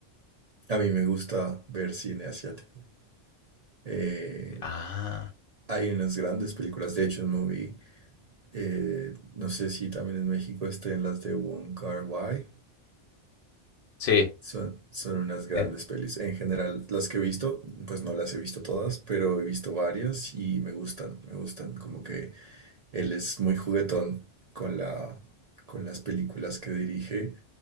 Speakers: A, on the right; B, on the left.
A: A mí me gusta ver cine asiático. Eh,
B: Ah,
A: hay unas grandes películas, de hecho, en movie, eh, no sé si también en México estén las de Wong Kar-wai.
B: sí.
A: Son, son unas grandes
B: Eh,
A: pelis. En general, las que he visto, pues no las he visto todas, pero he visto varias y me gustan, me gustan. Como que él es muy juguetón con la, con las películas que dirige.